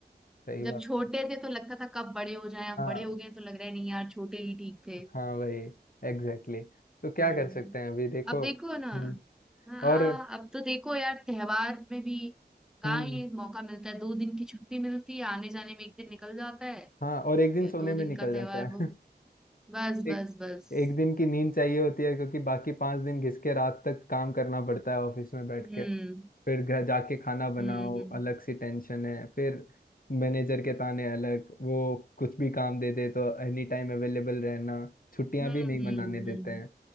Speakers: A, on the left; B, in the centre.
A: सही
B: जब
A: बात
B: छोटे
A: है
B: थे तो लगता था कब बड़े हो जाएं अब
A: हाँ
B: बड़े हो गए तो लग रहा है नहीं यार छोटे ही ठीक थे
A: हाँ वही एग्जैक्टली exactly. तो क्या
B: हम्म
A: कर सकते हैं अभी देखो
B: अब देखो ना
A: हम्म
B: हाँ
A: और
B: अब तो देखो यार त्योहार में भी कहाँ
A: हम्म
B: ये मौका मिलता है दो दिन की छुट्टी मिलती है आने जाने में एक दिन निकल जाता है
A: हाँ और एक दिन
B: फिर
A: सोने
B: दो
A: में
B: दिन
A: निकल
B: का त्योहार
A: जाता
B: वो
A: है
B: बस
A: एक
B: बस बस
A: एक दिन की नींद चाहिए होती है क्योंकि बाकी पांच दिन घिस के रात तक काम करना पड़ता है ऑफिस में बैठ
B: हम्म
A: के फिर घर जाके खाना बनाओ
B: हम्म
A: अलग सी टेंशन है फिर मैनेजर के ताने अलग वो कुछ भी काम दे दे तो एनी टाइम अवेलेबल रहना छुट्टियां
B: हम्म
A: भी नहीं
B: हम्म,
A: मनाने देते
B: हम्म।
A: हैं